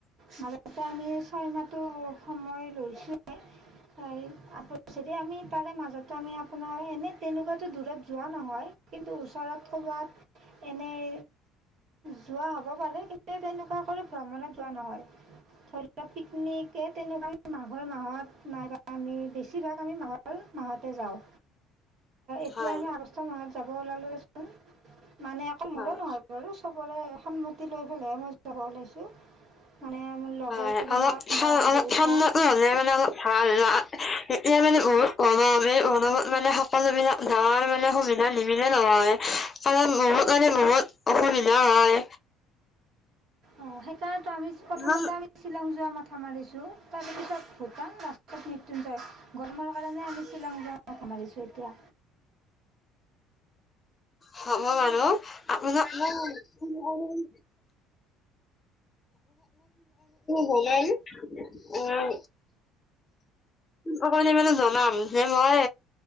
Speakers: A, on the right (about 50°); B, on the left (about 25°).
A: মাজতে আমি ছয় মাহটো সময় লৈছো। <unintelligible> যেতিয়া আমি তাৰে মাজতে আপোনাৰ এনে তেনেকুৱাতো দূৰত যোৱা নহয় কিন্তু ওচৰত ক'ৰবাত এনেই যোৱা হ'ব পাৰে, কিন্তু তেনেকুৱা কৰি ভ্ৰমণত যোৱা নহয়। ধৰি লোৱাক পিকনিকে তেনেকুৱা মাঘৰ মাহত নাই আমি বেছিভাগ আমি মাঘৰ মাহতে যাওঁ এতিয়া
B: হয়
A: আমি আগষ্ট মাহত যাব ওলালোঁ দে চোন মানে অকল
B: হয়
A: মোৰে নহয় বাৰু চবৰে সন্মতি লৈ পেলাইহে মই ওলাইছোঁ। মানে লগৰবিলাক
B: হয় অলপ
A: মা
B: অলপ
A: দেউতা
B: ঠাণ্ডাটো হ'লে মানে অলপ ভাল এতিয়া মানে বহুত কণৱে পণৱত মানে অবিধা ধাৰ মানে সুবিধা ল সুবিধা নহয় কাৰণ বহু কাৰণে বহুত অসুবিধা হয়।
A: অ', সেইকাৰণেতো আমি, প্ৰথমতে
B: ইমান
A: আমি শ্বিলং যোৱা মাথা মাৰিছো তাৰ পিছত ভূটান লাষ্টত মৃতুঞ্জয়। গৰমৰ কাৰণে আমি শ্বিলং যোৱা মাথা মাৰিছোঁ এতিয়া।
B: হব বাৰু মই আপোনাক ফোন কৰিম। বনাই আনিম অকলে মানো জনাম হে মই